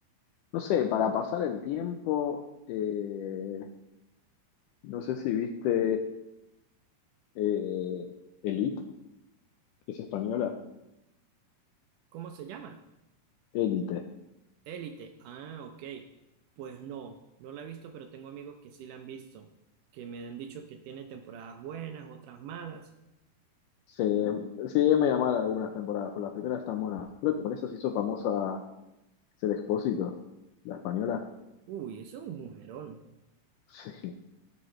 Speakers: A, on the left (about 80°); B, on the right (about 80°).
A: no sé, para pasar el tiempo, eh, no sé si viste eh, Elite, que es española.
B: ¿Cómo se llama?
A: Elite.
B: Élite. Ah, ok. Pues no, no la he visto, pero tengo amigos que sí la han visto, que me han dicho que tiene temporadas buenas, otras malas.
A: se sí, me llamaron algunas temporadas, pero las primeras están buenas. Creo que con eso se hizo famosa Ser Expósito, la española.
B: Uy, eso es un mujerón.
A: <laughs> Sí,